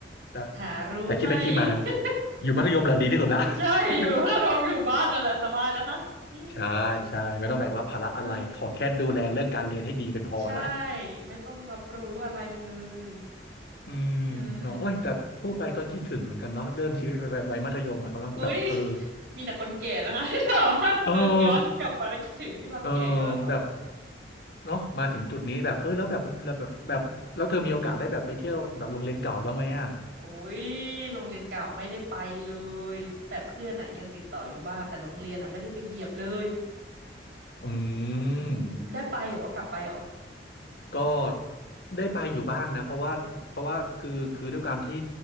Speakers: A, on the left; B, on the right.
A: นะ
B: หารู้ไหม
A: แต่คิดไปคิดมา
B: <laughs>
A: อยู่มัธยมแหละดีที่สุดละ <laughs>
B: ใช่อยู่ถ้าเราอยู่บ้านนั่นแหละสบายแล้วนะอืม
A: ใช่ใช่ไม่ต้องแบกรับภาระอะไรขอแค่ดูแลเรื่องการเรียนให้ดีเป็นพอละ
B: อ่าใช่ไม่ต้องรับรู้อะไรเลย
A: อืมเนาะโอ้ยแต่พูดไปก็คิดถึงเหมือนกันเนาะเรื่องชีวิตวัยวัยมัธยมอะครับเนาะแบบเออ
B: เอออุ๊ยมีแต่คนแก่นะคะ <laughs> ที่แบบว่านึกย้อนกลับไปแล้วคิดถึงที่เราแก่กันแล้วเหรอ
A: เออเออแบบเนาะมาถึงจุดนี้แบบเออแล้วแบบแล้วแบบแบบแล้วเธอมีโอกาสได้แบบไปเที่ยวแบบโรงเรียนเก่าบ้างไหมอ่ะ
B: โอ้ยโรงเรียนเก่าไม่ได้ไปเลยแต่เพื่อนอ่ะยังติดต่ออยู่บ้างแต่โรงเรียนอ่ะไม่ได้ไปเหยียบเลย
A: อืม
B: อืมได้ไปเหรอกลับไปเหรอ
A: ก็ได้ไปอยู่บ้างนะเพราะว่าเพราะว่าคือคือด้วยความที่